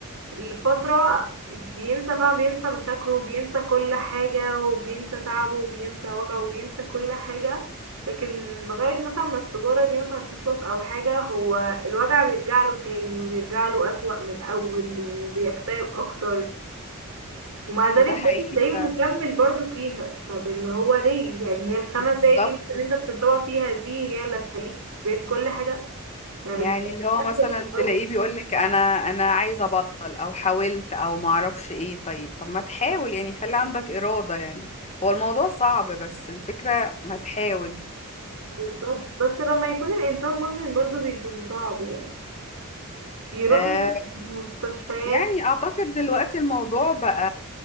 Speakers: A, on the right; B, on the left.
A: لفترة بينسى فعلا بينسى مشاكله وبينسى كل حاجة وبينسى تعبه وبينسى وجعه وبينسى كل حاجة لكن لغاية مثلا ما السجارة دي مثلا تخلص أو حاجة هو الوجع بيرجع له تاني وبيرجع له أسوأ من الأول وبيكتئب أكتر ومع ذلك
B: ده
A: برضه
B: حقيقي
A: تلاقيه مكمل
B: فعلا
A: برضه فيها طب اللي هو ليه يعني هي الخمس
B: بالظبط
A: دقايق دي مثلا اللي انت بتشربها فيها دي هي اللي هتخليك بقيت كل حاجة ما بتبقاش
B: يعني اللي هو مثلا
A: أسوأ من الأول
B: تلاقيه بيقولك انا انا عايز ابطل او حاولت او معرفش ايه طيب طب ما تحاول يعني خلي عندك إرادة يعني هو الموضوع صعب بس الفكرة ما تحاول
A: بالظبط بس لما يكون الإنسان مدمن برضه بيكون صعب يعني بيروح
B: آه،
A: مستشفيات
B: يعني اعتقد دلوقتي الموضوع بقى